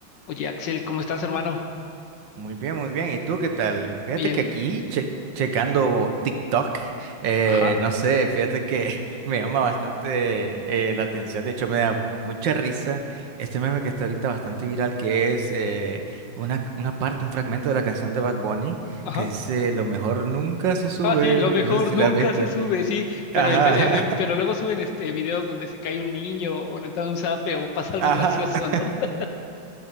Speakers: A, on the left; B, on the right.
A: Oye, Axel, ¿cómo estás, hermano?
B: Muy bien, muy bien. ¿Y tú qué tal? Fíjate
A: Bien,
B: que aquí, che- checando TikTok, eh,
A: ajá,
B: no sé, fíjate que <laughs> me llama bastante eh, la atención. De hecho, me da mucha risa este meme que está ahorita bastante viral, que es eh, una, una parte, un fragmento de la canción de Bad Bunny
A: ajá.
B: que dice, Lo mejor nunca se sube.
A: Ah, sí, lo mejor
B: No sé si
A: nunca
B: la has visto.
A: se sube, sí, pero,
B: Ajá,
A: en ve- en- en- pero
B: <laughs>
A: luego suben este videos donde se cae un niño o le da un zape o pasa algo
B: ajá.
A: gracioso,
B: <laughs>
A: ¿no? <laughs>